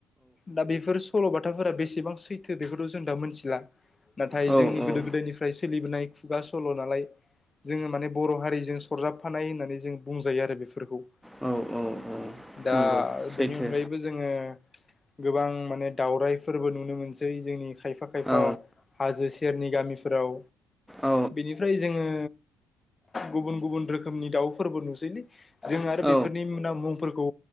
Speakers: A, on the left (about 25°); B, in the centre.
A: दा बेफोर सल'बाथाफोरा बेसेबां सैथो बेखौथ' जों दा मोनथिला नाथाय
B: औ
A: जोंनि
B: औ
A: गोदो
B: औ
A: गोदायनिफ्राय सोलिबोनाय खुगा सल' नालाय जोङो माने बर' हारिजों सरजाबफानाय होननानै जों बुंजायो आरो बेफोरखौ
B: औ औ औ
A: दा
B: नंगौ सैथो
A: बेनि अनगायैबो जोङो गोबां माने दावरायफोरबो नुनो मोनसै जोंनि खायफा खायफा
B: औ
A: हाजो सेरनि गामिफोराव
B: औ
A: बिनिफ्राय जोङो गुबुन गुबुन रोखोमनि दाउफोरबो नुसैलै जों आरो
B: औ
A: बेफोरनि मुंफोरखौ